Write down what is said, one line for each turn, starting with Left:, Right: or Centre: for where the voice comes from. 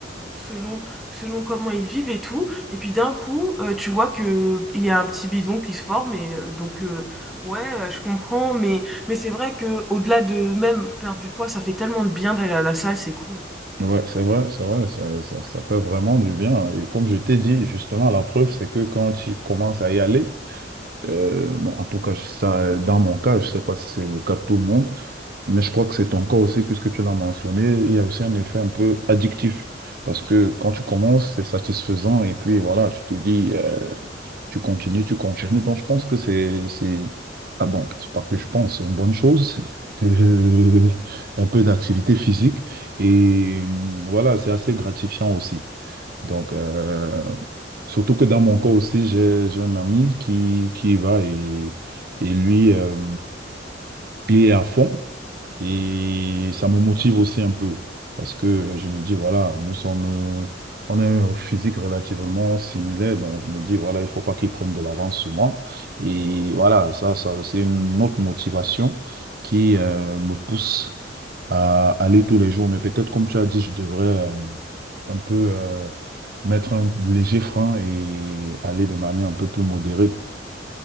Centre: Selon selon comment ils vivent et tout et puis d'un coup, heu, tu vois que il y a un petit bidon qui se forme et heu, donc heu, ouais, heu, je comprends mais mais c'est vrai que au delà de même perdre du poids, ça fait tellement de bien d'aller à la salle, c'est cool.
Right: Ouais, c'est vrai, c'est vrai, ça, ça, ça fait vraiment du bien. Et comme je t'ai dit, justement, la preuve, c'est que quand tu commences à y aller, Euh, bon, en tout cas, ça, dans mon cas, je ne sais pas si c'est le cas de tout le monde, mais je crois que c'est ton cas aussi, puisque tu l'as mentionné, il y a aussi un effet un peu addictif, parce que quand tu commences, c'est satisfaisant, et puis voilà, tu te dis, euh, tu continues, tu continues. Donc, je pense que c'est, c'est, ah bon, c'est pas que je pense, c'est une bonne chose, <laughs> de- un peu d'activité physique, et euh, voilà, c'est assez gratifiant aussi. Donc, euh, Surtout que dans mon cas aussi, j'ai j'ai un ami qui, qui y va et, et lui, euh, il est à fond. Et ça me motive aussi un peu. Parce que je me dis, voilà, nous sommes, euh, on a un physique relativement similaire. Donc, je me dis, voilà, il faut pas qu'il prenne de l'avance sur moi. Et voilà, ça, ça, c'est une autre motivation qui, euh, me pousse à aller tous les jours. Mais peut-être, comme tu as dit, je devrais, euh, un peu. euh, mettre un léger frein et aller de manière un peu plus modérée.